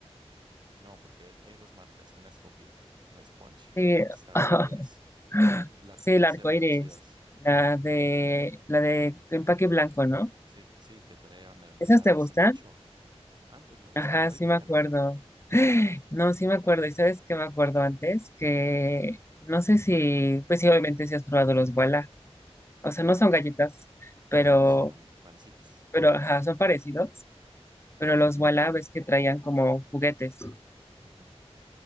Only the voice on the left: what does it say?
Sí,
<laughs>
sí,
el arco
iris.
La de, la de empaque blanco, ¿no?
¿Esas te
gustan?
Ajá,
sí me
acuerdo.
<gasps> <sighs> No, sí me acuerdo. ¿Y sabes qué me acuerdo antes? Que no sé si, pues sí, obviamente si has probado los Wala. O sea,
no son galletas, pero,
pero, ajá, son parecidos. Pero los Wala ves que traían como juguetes.